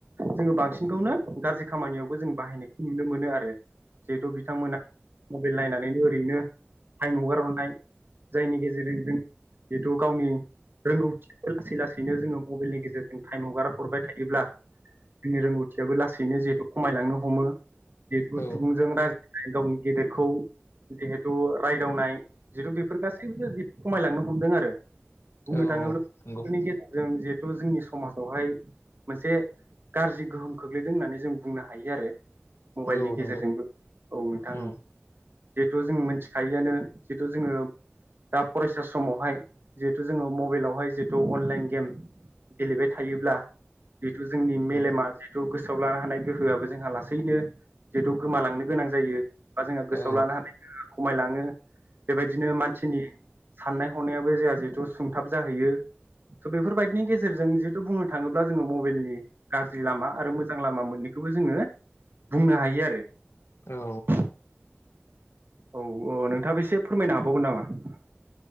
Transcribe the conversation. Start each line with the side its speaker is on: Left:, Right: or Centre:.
Right: जोङो बांसिनखौनो गाज्रि खामानियावबो जों बाहायनायखौ नुनो मोनो आरो जिहेथु बिथांमोना मबाइल नायनानैनो ओरैनो थाइम हगार हरनाय जायनि गेजेरजों जों जिथु गावनि रोंगौथिखौ लासै लासैनो जोङो मबाइलनि गेजेरजों टाइम हगार हरबाय थायोब्ला जोंनि रोंगौथियाबो लासैनो जिहेथु खमायलांनो हमो बे <unintelligible> <unintelligible>
Left: औ
Right: <unintelligible> <unintelligible> गावनि गेदेरखौ जिहेथु राय <unintelligible> नाय जिथु बेफोर गासैबो खमायलांनो हमदों आरो बुंनो
Left: औ
Right: थाङोब्लानि
Left: नंगौ
Right: <unintelligible> जों जे जोंनि समाजावहाय मोनसे गाज्रि गोहोम खोख्लैदों होननानै जों बुंनो हायो आरो मबाइलनि
Left: औ
Right: गेजेरजोंबो
Left: नंगौ
Right: औ नोंथां
Left: उम
Right: औ जिहेथु जों मिथिखायिआनो जिहेथु जोङो दा फरायसा समावहाय जिहेथु जोङो मबेलावहाय जिहेथु अनलाइन गेम गेलेबाय थायोब्ला जिहेथु जोंनि मेलेमा
Left: औ
Right: जेथु गोसो सोआव लानो हानाय गोहोआबो जोंहा लासैनो जिहेतु गोमालांनो गोनां जायो बा जोंहा गोसोआव
Left: औ
Right: लानो हानाय गोहोआ खमायलाङो बेबायदिनो मानसिनि साननाय हनायाबो जोंहा जिहेतु सुंथाब जाहैयो स बेफोरबायदिनि गेजेर जों बुंनो थाङोब्ला जोङो मबाइलनि गाज्रि लामा आरो मोजां लामा मोननैखौबो जोङो बुंनो हायो। आरो
Left: औ
Right: औ औ नोंथाङा बेसे फोरमायनो हाबावगोन नामा?